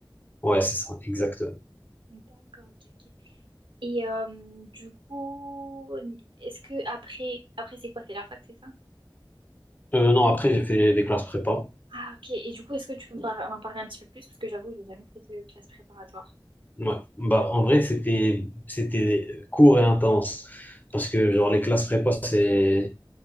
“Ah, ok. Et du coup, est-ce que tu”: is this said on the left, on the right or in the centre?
Right